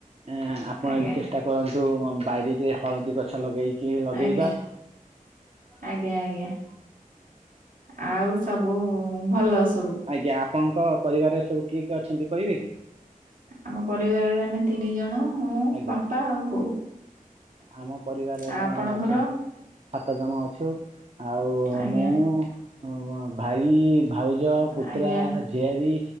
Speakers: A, on the right; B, on the right.
A: ଏଁ ଆପଣ
B: ଆଜ୍ଞା
A: ବି ଚେଷ୍ଟା କରନ୍ତୁ ହଁ ବାଡ଼ିରେ ହଳଦୀ ଗଛ ଲଗେଇକି ଲଗେଇବା।
B: ଆଜ୍ଞା ଆଜ୍ଞା ଆଜ୍ଞା ଆଉ ସବୁ ଭଲ ସବୁ।
A: ଆଜ୍ଞା ଆପଣଙ୍କ ପରିବାର ସବୁ କିଏ କିଏ ଅଛନ୍ତି କହିବେ କି?
B: ଆମ ପରିବାରରେ ଆମେ ତିନି ଜଣ ମୁଁ
A: ଆଜ୍ଞା
B: ବାପା ଆଉ ବୋଉ।
A: ଆମ ପରିବାରରେ
B: ଆ ଆପଣଙ୍କର
A: ଆମେ ଅଛୁ ସାତ ଜଣ ଅଛୁ। ଆଉ
B: ଆଜ୍ଞା
A: ମୁଁ ଅମଁ ଭାଇ ଭାଉଜ ପୁତ୍ରା
B: ଆଜ୍ଞା
A: ଝିଆରୀ